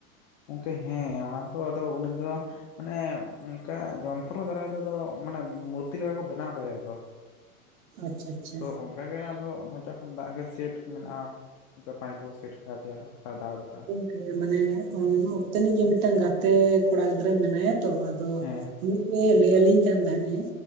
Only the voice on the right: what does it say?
ᱟᱪᱪᱷᱟ᱾ ᱟᱪᱪᱷᱟ
ᱤᱭᱟᱹ ᱢᱟᱱᱮ ᱚᱱᱛᱮᱱᱤᱡ ᱜᱮ ᱢᱤᱫᱴᱟᱝ ᱜᱟᱛᱮ ᱠᱚᱲᱟ ᱜᱤᱫᱽᱨᱟᱹ ᱢᱮᱱᱟᱭᱟ ᱛᱚ, ᱟᱫᱚ
ᱩᱱᱤ ᱞᱟᱹᱭ ᱟᱞᱤᱧ ᱠᱟᱱ ᱛᱟᱦᱮᱸᱱᱮ